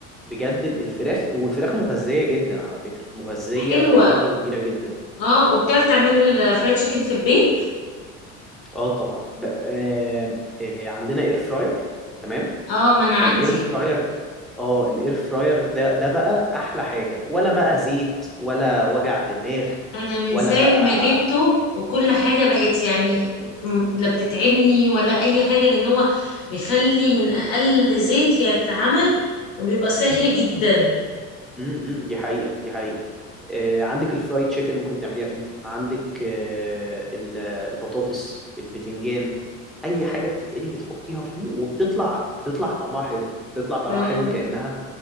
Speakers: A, in the centre; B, on the left.
A: بجد ال- الفراخ والفراخ مغذية جدا على فكرة مغذية
B: حلوه
A: بدرجة كبيرة جدا
B: اه وبتعرف تعملي الفرايد تشيكن في البيت
A: اه طبعا ب... آه... آه... عندنا اير فراير تمام
B: اه ما انا
A: فالاير
B: عندي
A: فراير اه الاير فراير ده ده بقى احلى حاجة ولا بقى زيت ولا وجع دماغ
B: انا من
A: ولا
B: ساعه
A: بقى
B: ما جبته وكل حاجه بقت يعني م- لا بتتعبني ولا اي حاجه لان هو بيخلي من اقل زيت يتعمل وبيبقى صحي جدا
A: امم امم، دي حقيقة دي حقيقة آه، عندك الفرايد تشيكن ممكن تعمليها فيه عندك آه، ال- البطاطس البتنجان أي حاجة بتتقلي بتحطيها فيه وبتطلع بتطلع طعمها حلو بتطلع طعمها
B: اه
A: حلو كأنها